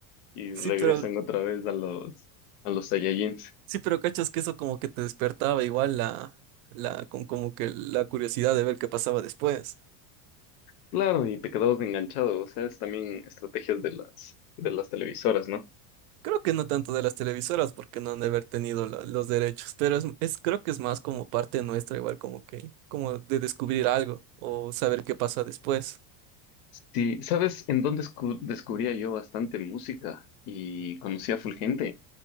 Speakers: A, on the left; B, on the right.
A: y
B: Sí,
A: regresan
B: pero,
A: otra vez a los, a los Saiyajins.
B: sí, pero cachas que eso como que te despertaba igual la, la, con- como que la curiosidad de ver qué pasaba después.
A: Claro, y te quedabas enganchado, o sea, es también estrategias de las, de las televisoras, ¿no?
B: Creo que no tanto de las televisoras porque no han de haber tenido la- los derechos, pero es, es- creo que es más como parte nuestra, igual como que, como de descubrir algo o saber qué pasa después.
A: Sí, ¿sabes en dónde escu- descubría yo bastante música y conocía a full gente